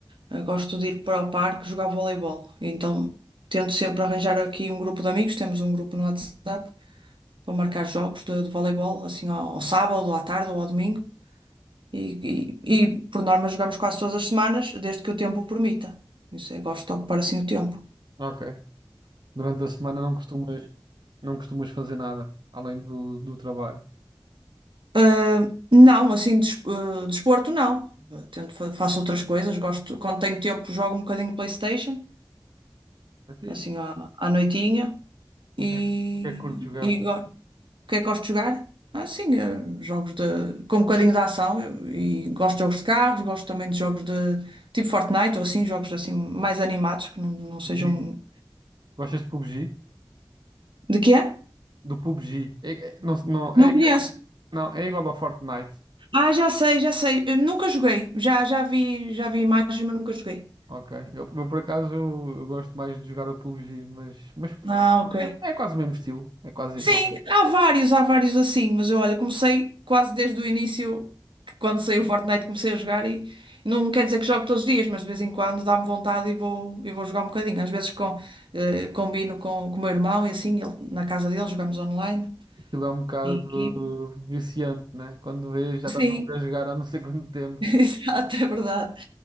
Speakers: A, on the right; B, on the right.
A: Eu gosto de ir para o parque jogar voleibol, então tento sempre arranjar aqui um grupo de amigos, temos um grupo no WhatsApp, para marcar jogos de, de voleibol, assim, ao, ao sábado, ou à tarde ou ao domingo. E, e, e, por norma jogamos quase todas as semanas, desde que o tempo o permita. Isso eu gosto de ocupar assim o tempo.
B: Ok. Durante a semana não costumas, não costumas fazer nada, além do, do trabalho.
A: Ah, não, assim, des- ah, desporto não. Ah, Tento, fa- faço outras coisas. Gosto, quando tenho tempo, jogo um bocadinho PlayStation,
B: É fixe.
A: assim à, à noitinha.
B: O
A: E,
B: que é, o que é que curtes jogar?
A: e go- o que é que gosto de jogar? Ah, sim, ah, jogos de, com um bocadinho de ação. Eu- e gosto de jogos de carros, gosto também de jogos de tipo Fortnite ou assim, jogos assim mais animados que não, não
B: PUBG.
A: sejam.
B: Gostas de PUBG?
A: De que é?
B: Do PUBG. É, é- não, não,
A: Não
B: é,
A: conheço.
B: não, é igual ao Fortnite.
A: Ah, já sei, já sei. Eu nunca joguei. Já, já vi, já vi imagens, mas nunca joguei.
B: Ok. Eu, eu, por acaso eu, eu gosto mais de jogar o PUBG, mas, mas
A: Ah, ok.
B: é, é quase o mesmo estilo. É quase
A: Sim,
B: igual.
A: há vários, há vários assim, mas eu olha, comecei quase desde o início, que quando saiu o Fortnite comecei a jogar e não quer dizer que jogo todos os dias, mas de vez em quando dá-me vontade e vou, e vou jogar um bocadinho. Às vezes com, eh, combino com, com o meu irmão e assim, ele- na casa dele jogamos online,
B: Aquilo é um bocado
A: em equipe.
B: viciante, né? Quando vês, já estás
A: Sim,
B: a jogar há não sei quanto tempo.
A: <laughs> exato, é verdade.